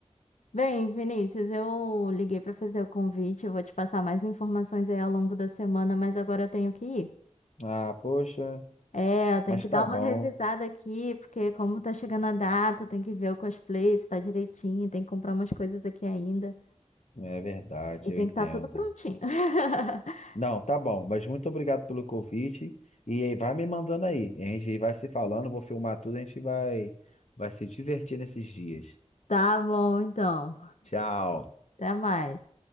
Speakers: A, on the left (about 80°); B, on the left (about 70°).
A: Bem, Vinícius, eu liguei para fazer o convite, eu vou te passar mais informações aí ao longo da semana, mas agora eu tenho que ir.
B: Ah, poxa,
A: É, eu tenho
B: mas
A: que
B: tá
A: dar
B: bom.
A: uma revisada aqui, porque como tá chegando a data, eu tenho que ver o cosplay, se tá direitinho, tem que comprar umas coisas aqui ainda.
B: É verdade,
A: E tem
B: eu entendo.
A: que estar tudo prontinho. <laughs>
B: Não, tá bom, mas muito obrigado pelo convite. E aí, vai me mandando aí. A gente vai se falando, vou filmar tudo, a gente vai, vai se divertir nesses dias.
A: Tá bom, então.
B: Tchau.
A: Até mais.